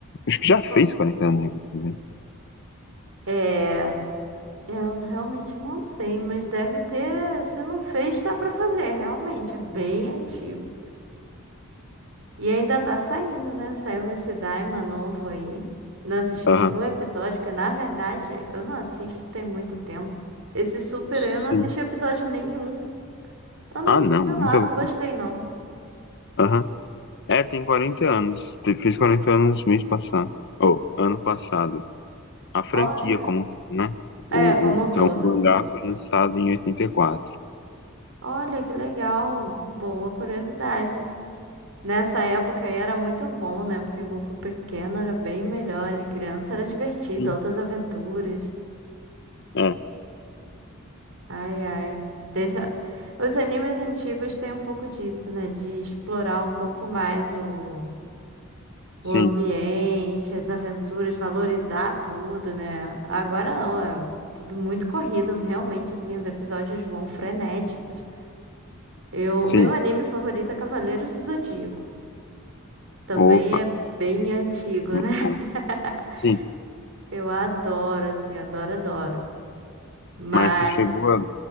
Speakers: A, on the left (about 55°); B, on the right (about 65°).
A: Acho que já fez
B: Bom,
A: 40 anos, inclusive. né?
B: É. Eu realmente não sei, mas deve ter. Se não fez, tá pra fazer, realmente. É bem antigo. E ainda tá saindo, né? Saiu esse Daima novo aí. Não assisti
A: Aham.
B: nenhum episódio, que na verdade eu não assisto tem muito tempo. Esse Super
A: Sim.
B: aí, eu não assisti episódio nenhum. Eu não,
A: Ah, não,
B: sei
A: muita
B: lá, não
A: loucura.
B: gostei não.
A: Aham. É, tem 40 anos. Te- Fez 40 anos mês passado. Ou, ano passado. a franquia
B: Olha.
A: como um todo, né? O,
B: É, como
A: o-
B: um
A: então,
B: todo,
A: o
B: sim.
A: mangá foi lançado em 84.
B: Olha, que legal. Boa curiosidade. Nessa época aí era muito bom, né? Porque Goku pequeno era bem melhor. Ele criança era divertido,
A: Sim,
B: altas aventuras.
A: é,
B: Ai, ai. Deixa... Os animes antigos têm um pouco disso, né? De explorar um pouco mais o,
A: sim,
B: o ambiente, as aventuras, valorizar tudo, né? Agora não, é tudo muito corrido, realmente, assim, os episódios vão frenéticos. Eu...
A: sim.
B: Meu anime favorito é Cavaleiros do Zodíaco. Também
A: Opa,
B: é bem antigo,
A: muito
B: né?
A: bom.
B: <laughs>
A: Sim,
B: Eu adoro, assim, adoro, adoro. Mas.
A: mas você chegou a